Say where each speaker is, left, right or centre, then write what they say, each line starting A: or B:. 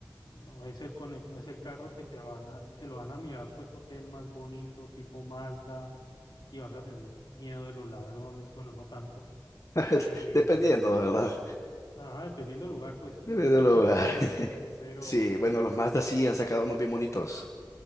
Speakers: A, on the left; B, on the left.
A: no es el con el- no es el carro que te van a, te lo van a mirar pues porque es el más bonito, tipo Mazda, y vas a tener miedo de los ladrones, bueno, no tanto,
B: <laughs>
A: eh,
B: Dependiendo, ¿verdad?
A: ah, dependiendo del lugar pues
B: Dependiendo
A: no,
B: del lugar. <laughs>
A: <laughs> pero
B: Sí,
A: sí,
B: bueno, los Mazda
A: o sea,
B: sí han sacado unos bien bonitos.